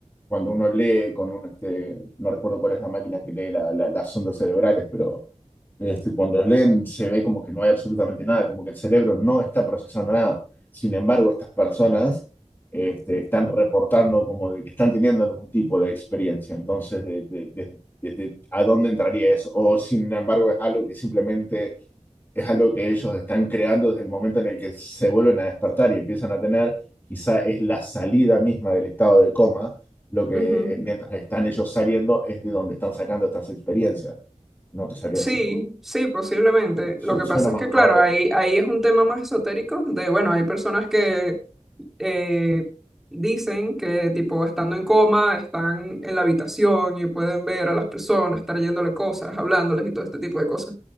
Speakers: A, on the left; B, in the centre.
A: cuando uno lee con un, este, no recuerdo cuál es la máquina que lee la- la- las ondas cerebrales, este, cuando los leen se ve como que no hay absolutamente nada, como que el cerebro no está procesando nada. Sin embargo, estas personas este, están reportando como de que están teniendo algún tipo de experiencia. Entonces, de- de- de- desde a dónde entraría eso. O sin embargo, es algo que simplemente es algo que ellos están creando desde el momento en el que se vuelven a despertar y empiezan a tener, quizá es la salida misma del estado de coma. Lo que
B: Ujú.
A: mientras están ellos saliendo es de donde están sacando estas experiencias. No te sabría
B: Sí,
A: decir.
B: sí, posiblemente.
A: Su-
B: Lo que
A: Suena
B: pasa
A: más
B: es que,
A: probable,
B: claro, ahí, ahí es un tema más esotérico de, bueno, hay personas que eh, dicen que, tipo, estando en coma, están en la habitación y pueden ver a las personas, estar yéndole cosas, hablándoles y todo este tipo de cosas.